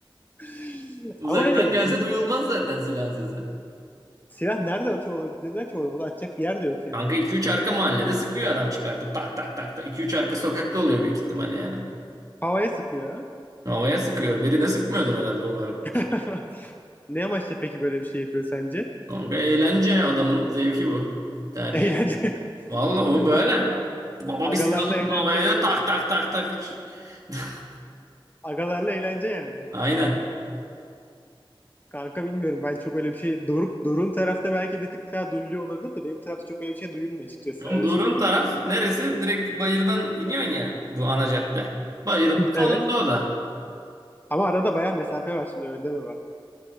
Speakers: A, on the left; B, on the right.
A: <laughs>
B: Uzaktan
A: Ama hani
B: gelse
A: bizim
B: duyulmaz zaten silahın sesi.
A: silah nerede atıyor olabilirler ki orada? Bunu atacak bir yer de yok yani.
B: Kanka iki üç arka mahallede sıkıyor adam çıkartıp tak tak tak tak. iki üç arka sokakta oluyor büyük ihtimal yani.
A: Havaya sıkıyor ha.
B: Havaya sıkıyor. Birine sıkmıyordur herhalde umarım.
A: <laughs> Ne amaçla peki böyle bir şey yapıyor sence?
B: Kanka eğlence adamın zevki bu. Tercih.
A: Eğlence.
B: Vallahi oğlum
A: <laughs>
B: böyle.
A: A-
B: Baba
A: Agalarla
B: bir sıkalım
A: eğlence.
B: havaya tak tak tak tak. <laughs>
A: Agalarla eğlence yani.
B: Aynen.
A: Kanka bilmiyorum ben çok öyle bir şey Doruk Doruk'un tarafta belki bir tık daha duyuluyor olabilir de benim tarafta çok öyle bir şey duyulmuyor açıkçası
B: Ama
A: öyle
B: Doğru'nun
A: söyleyeyim.
B: taraf neresi? Direkt bayırdan iniyorsun ya bu ana cadde. Bayırın
A: Evet.
B: sonunda o da.
A: Ama arada bayağı mesafe var şimdi öyle deme bak.